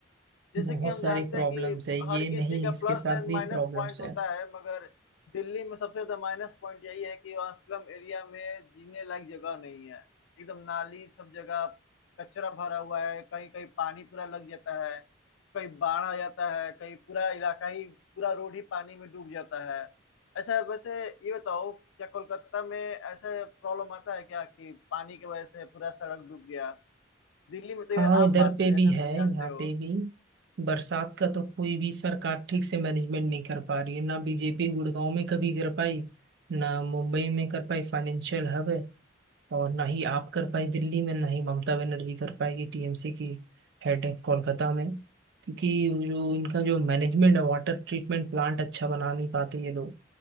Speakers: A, on the left; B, on the right.
A: जैसे
B: बहुत
A: कि हम
B: सारी
A: जानते
B: प्रॉब्लम्स
A: हैं कि
B: है
A: हर
B: ये
A: किसी
B: नहीं
A: का
B: इसके
A: प्लस
B: साथ
A: एंड
B: भी
A: माइनस
B: प्रॉब्लम्स
A: पॉइंट
B: है
A: होता है मगर दिल्ली में सबसे ज्यादा माइनस पॉइंट यही है कि वहाँ स्लम एरिया में जीने लायक जगह नहीं है एकदम नाली सब जगह कचरा भरा हुआ है कहीं कहीं पानी पूरा लग जाता है कहीं बाढ़ आ जाता है कहीं पूरा इलाका ही पूरा रोड ही पानी में डूब जाता है अच्छा वैसे ये बताओ क्या कोलकाता में ऐसा प्रॉब्लम आता है क्या कि पानी की वजह से पूरा सड़क डूब गया दिल्ली में तो ये
B: हाँ इधर
A: आम बात
B: पे
A: है जैसा
B: भी है
A: तुम जानते
B: यहाँ
A: हो
B: पे भी बरसात का तो कोई भी सरकार ठीक से मैनेजमेंट नहीं कर पा रही है ना बीजेपी गुड़गांव में कभी कर पाई ना मुंबई में कर पाई फाइनेंशियल हब है और ना ही आप कर पाई दिल्ली में ना ही ममता बनर्जी कर पाएगी टीएमसी की हेड है कोलकाता में क्योंकि जो इनका जो मैनेजमेंट है वाटर ट्रीटमेंट प्लांट अच्छा बना नहीं पाते ये लोग